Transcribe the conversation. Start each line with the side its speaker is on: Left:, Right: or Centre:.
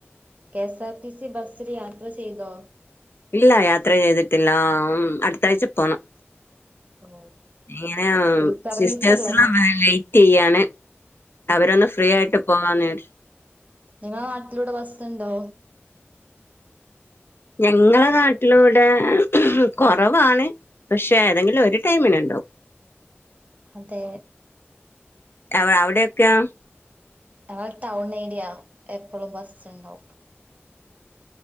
Right: K S R T C ബസ്സിൽ യാത്ര ചെയ്തോ
Left: ഇല്ല യാത്ര ചെയ്തിട്ടില്ല. ആ ആം അടുത്താഴ്ച പോണം
Right: ഓ
Left: ഇങ്ങനെ
Right: ഫ്രീ സർവീസല്ലേ?
Left: സിസ്റ്റേഴ്സ് <unintelligible> വെയിറ്റ് ചെയ്യാണ് അവരൊന്ന് ഫ്രീ ആയിട്ട് പോവാന്ന് വിചാര്
Right: നിങ്ങള നാട്ടിലൂടെ ബസ്സുണ്ടോ
Left: ഞങ്ങളെ നാട്ടിലൂടെ കൊറവാണ് പക്ഷേ ഏതെങ്കിലും ഒരു ടൈമിന് ഉണ്ടാവും
Right: അതെ
Left: അവ അവിടെയൊക്കെ
Right: ങൾ ടൗൺ ഏരിയ എപ്പളും ബസ് ഉണ്ടാവും